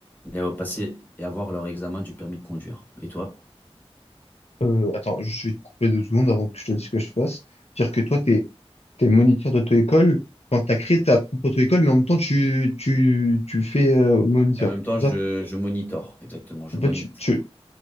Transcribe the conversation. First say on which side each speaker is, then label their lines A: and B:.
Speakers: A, on the left (about 15°); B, on the left (about 75°).
A: et à passer et avoir leur examen du permis de conduire. Et toi?
B: Euh, attends, je vais te couper deux secondes avant que je te dise ce que je fasse. Dire que toi, t'es t'es moniteur d'auto-école, enfin, t'as créé ta propre auto-école, mais en même temps, tu, tu, tu fais euh, moniteur,
A: Et en même temps,
B: c'est
A: je,
B: ça?
A: je monitore, exactement, je
B: En
A: monite.
B: fait, tu, tu,